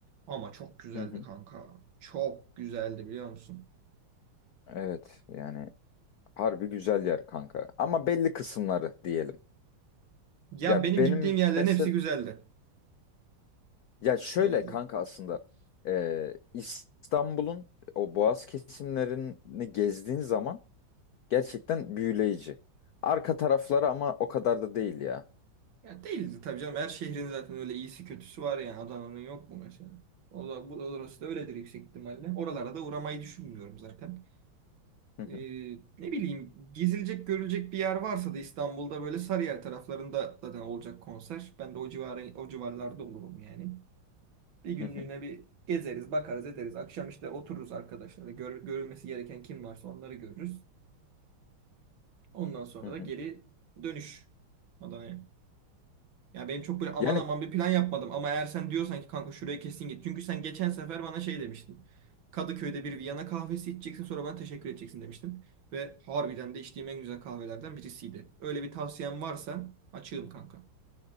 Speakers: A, on the right (about 65°); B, on the left (about 75°).
A: Ama çok güzeldi
B: Hı hı.
A: kanka. Çok güzeldi biliyor musun?
B: Evet yani harbi güzel yer kanka. Ama belli kısımları diyelim.
A: Ya
B: Ya
A: benim
B: benim
A: gittiğim yerlerin
B: mesela
A: hepsi güzeldi.
B: Ya şöyle
A: Öyle diyeyim.
B: kanka aslında e, İstanbul'un o Boğaz kesimlerini gezdiğin zaman gerçekten büyüleyici. Arka tarafları ama o kadar da değil ya.
A: Ya değildi tabii canım. Her şehrin zaten öyle iyisi kötüsü var yani. Adana'nın yok mu mesela? O da, bu da orası da öyledir yüksek ihtimalle. Oralara da uğramayı düşünmüyorum zaten.
B: Hı hı,
A: e, ne bileyim gezilecek görülecek bir yer varsa da İstanbul'da böyle Sarıyer taraflarında zaten olacak konser. Ben de o civarı, o civarlarda olurum yani. Bir günlüğüne
B: hı hı,
A: bir gezeriz, bakarız, ederiz. Akşam işte otururuz arkadaşlarla. Gör, görülmesi gereken kim varsa onları görürüz. Ondan sonra
B: hı
A: da
B: hı.
A: geri dönüş Adana'ya. Ya benim çok böyle aman
B: Yani
A: aman bir plan yapmadım ama eğer sen diyorsan ki kanka şurayı kesin git. Çünkü sen geçen sefer bana şey demiştin. Kadıköy'de bir Viyana kahvesi içeceksin sonra bana teşekkür edeceksin demiştin. Ve harbiden de içtiğim en güzel kahvelerden birisiydi. Öyle bir tavsiyen varsa açığım kanka.